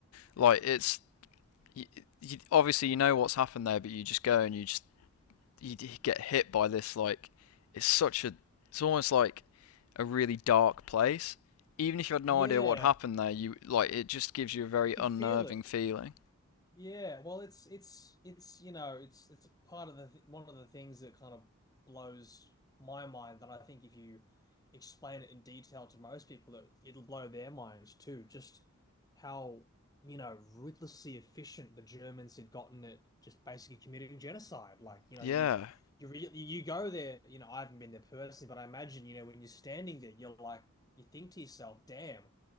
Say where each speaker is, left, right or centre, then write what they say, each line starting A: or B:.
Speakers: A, on the left; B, on the left.
A: like it's you, you, obviously you know what's happened there, but you just go and you just you get hit by this like it's such a it's almost like a really dark place. Even if you had
B: Yeah.
A: no idea what happened there, you like it just gives you a very
B: You can
A: unnerving
B: feel it.
A: feeling.
B: Yeah, well, it's it's it's you know it's it's a part of the th one of the things that kind of blows my mind that I think if you explain it in detail to most people that it'll blow their minds too. Just how you know ruthlessly efficient the Germans had gotten at just basically committing genocide. Like you know
A: Yeah,
B: you you re you go there. You know I haven't been there personally, but I imagine you know when you're standing there, you're like you think to yourself, damn